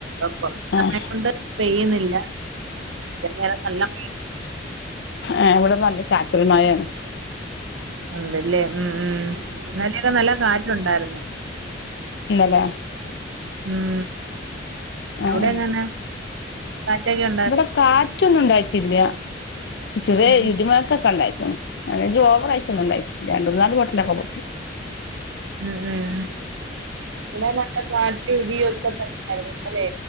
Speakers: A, on the right; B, on the left.
A: ആഹ് കൊറ സമയം
B: ആഹ്
A: കൊണ്ട് പെയ്യുന്നില്ല ഇത് വരെ നല്ലം
B: ആഹ് ഇവടെ നല്ലം ചാറ്റൽമയേണ്
A: ഉണ്ട്ല്ലേ ഉം ഉം ഇന്നലെയെക്കെ നല്ല കാറ്റുണ്ടായിരുന്നു
B: ഇന്നലെ
A: ഉം
B: ആഹ്
A: അവിടെ എങ്ങെനാ കാറ്റാെക്കെഉ
B: ഇവിടെ കാറ്റൊന്നും ഉണ്ടായിറ്റില്യ ചെറിയ
A: ഉം
B: ഇടി മൊഴക്കൊക്കെ ഇണ്ടായ്ക്ക്ണ് ഐനഞ്ച് ഓവറായിറ്റാെന്നും ഇണ്ടായിട്ടില്ല രണ്ട് മൂന്നാല് ബൊട്ടലൊക്കെ പൊട്ടി
A: ഉം ഉം ഇന്നെലെ നല്ല കാറ്റും ഇടിയൊക്കെ തന്നെയായിരുന്നു അല്ലേ